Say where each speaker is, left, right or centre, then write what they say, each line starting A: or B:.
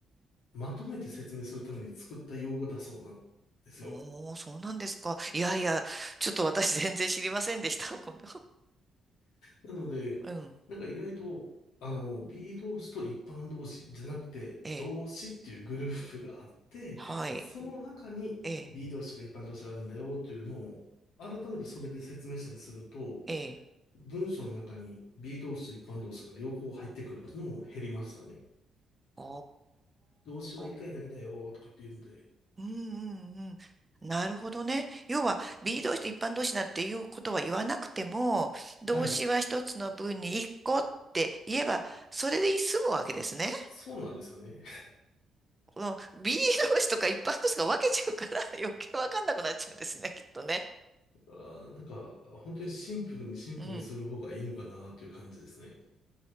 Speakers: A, on the left (about 80°); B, on the right (about 20°).
A: まとめて説明するために作った用語だそうなんですよ。
B: おお、そうなんですか。いやいや、ちょっと私全然知りませんでした。<laughs> この
A: なので、
B: うん。
A: なんか意外と、あの、B 同士と一般同士じゃなくて、
B: ええ、
A: 同士っていうグループがあって、
B: はい。
A: その中に
B: ええ、
A: B 同士とか一般同士があるんだよというのを、改めてそれで説明したりすると、
B: ええ。
A: 文章の中に B 同士と一般同士が両方入ってくるっていうのも減りましたね。
B: お
A: 動詞は一回だけだよとかっていうので、
B: ー。うんうんうん。なるほどね。要は、B 動詞と一般動詞なんていうことは言わなくても、動詞は一つの文に一個って言えば、
A: はい、
B: それで済むわけですね。
A: そうなんですよね。<laughs>
B: うん、B 動詞とか一般動詞が分けちゃうから <laughs> 余計わかんなくなっちゃうんですね、きっとね。
A: あー、なんか、本当にシンプルにシンプルにする方がいいのかなという感じですね。
B: うん。